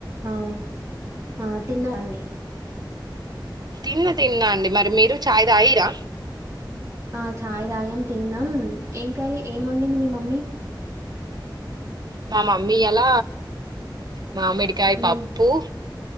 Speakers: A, on the right (about 40°); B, on the right (about 55°).
A: అ ఆ తినరండి.
B: జున్ను తిన్నా అండి మరి మీరు చాయ్ తాగిర్రా.
A: ఆ చాయ్ తాగం అ తిన్నాం ఏం కరీ ఏముండింది మీ మమ్మీ.
B: మా మమ్మీ ఈయాల మామిడికాయ
A: ఉమ్
B: పప్పు.